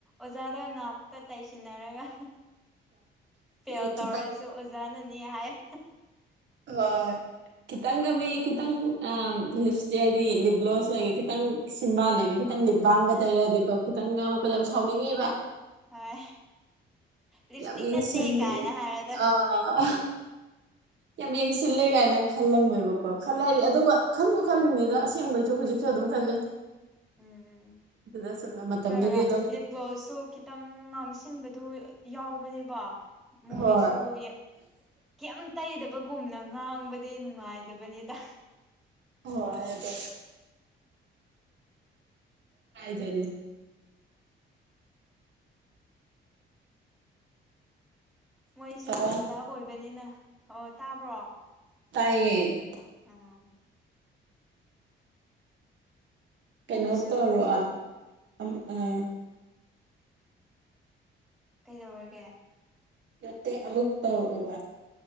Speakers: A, in the centre; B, on the right.
A: ꯑꯣꯖꯥꯗ ꯉꯥꯛꯇ ꯇꯩꯁꯤꯟꯅꯔꯒ
B: ꯍꯣꯏ
A: ꯐꯦꯜ
B: ꯈꯤꯇꯪ
A: ꯇꯧꯔꯁꯤ ꯗꯨ ꯑꯣꯖꯥꯅꯅꯤ ꯍꯥꯏꯔꯦ
B: ꯍꯣꯏ ꯈꯤꯇꯪꯒ ꯃꯤ ꯈꯤꯇꯪ ꯑꯥ ꯂꯤꯞꯁ ꯍꯥꯏꯗꯤ ꯂꯤꯞ ꯒ꯭ꯂꯣꯁ ꯑꯣꯏꯔꯒ ꯈꯤꯇꯪ ꯆꯤꯟꯕꯥꯟꯗꯒ ꯈꯤꯇꯪ ꯂꯤꯕꯥꯝꯒ
A: ꯑꯥ
B: ꯇꯧꯔꯗꯤꯀꯣ ꯈꯤꯇꯪ ꯉꯥꯡꯉꯛꯄꯗ ꯌꯥꯝ ꯁꯥꯎꯅꯤꯡꯉꯤꯕ
A: ꯍꯣꯏ ꯂꯤꯞꯁꯇꯤꯛ
B: ꯌꯥꯝ ꯌꯦꯡꯁꯤꯜꯂꯤ
A: ꯅꯠꯇꯦ ꯀꯥꯏꯅ ꯍꯥꯏꯔꯗ
B: ꯑꯥ ꯌꯥꯝ ꯌꯦꯡꯁꯤꯜꯂꯦ ꯀꯥꯏꯅ ꯈꯜꯂꯝꯃꯦꯕꯀꯣ
A: ꯎꯝ
B: ꯈꯜꯂꯦ ꯑꯗꯨꯒ ꯈꯟꯕꯨ ꯈꯜꯂꯤꯅꯤꯗ ꯑꯁꯦꯡꯕꯩꯁꯨ ꯍꯧꯖꯤꯛꯁꯨ ꯑꯗꯨꯝ ꯈꯜꯂꯤ
A: ꯎꯝ
B: ꯑꯗꯨꯗ ꯁꯨꯝꯅ ꯃꯇꯝꯗꯨꯒꯤ
A: ꯀꯔ
B: ꯑꯗꯨꯝ
A: ꯂꯤꯞ ꯒ꯭ꯂꯣꯁꯁꯨ ꯈꯤꯇꯪ ꯉꯥꯡꯁꯤꯟꯕꯗꯨ ꯌꯥꯎꯕꯅꯦꯕ ꯃꯣꯏꯁꯨ
B: ꯍꯣꯏ
A: ꯌꯥ ꯀꯦꯝ ꯇꯩꯗꯕꯒꯨꯝꯅ ꯉꯥꯡꯕꯗꯤ ꯅꯨꯡꯉꯥꯏꯗꯕꯅꯤꯗ
B: ꯍꯣꯏ ꯑꯗꯣ ꯀꯥꯏꯗꯣꯏꯅꯤ
A: ꯃꯣꯏꯖꯨ
B: ꯑꯣ
A: ꯑꯣꯖꯥ ꯑꯣꯏꯕꯅꯤꯅ ꯑꯣ ꯇꯥꯕ꯭ꯔꯣ
B: ꯇꯥꯏꯌꯦ
A: ꯑꯣ
B: ꯀꯩꯅꯣ
A: ꯃꯣꯏꯁꯨ
B: ꯇꯧꯔꯣ ꯑꯥ ꯑꯝ ꯑꯥ
A: ꯀꯩꯗꯧꯔꯒꯦ
B: ꯅꯠꯇꯦ ꯑꯃꯨꯛ ꯇꯧꯔꯛꯑꯣꯕ